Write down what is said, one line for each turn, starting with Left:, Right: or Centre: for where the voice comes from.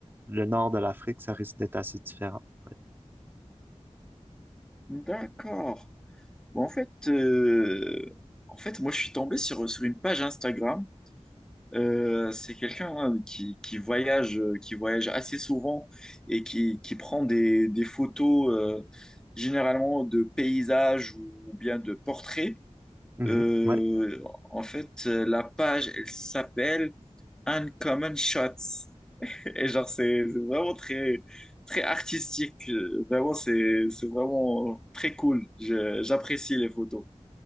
Right: le nord de l'Afrique, ça risque d'être assez différent. Ouais.
Centre: D'accord. Bon, en fait, euh, en fait, moi, je suis tombé sur, sur une page Instagram Euh, c'est quelqu'un hein, qui, qui voyage, euh, qui voyage assez souvent et qui, qui prend des, des photos euh, généralement de paysages ou bien de portraits.
Right: Mhm,
Centre: Euh,
Right: ouais.
Centre: en fait, euh, la page, elle s'appelle Uncommon Shots. <laughs> Et genre, c'est c'est vraiment très, très artistique. Euh, Vraiment, c'est c'est vraiment très cool. Je- J'apprécie les photos.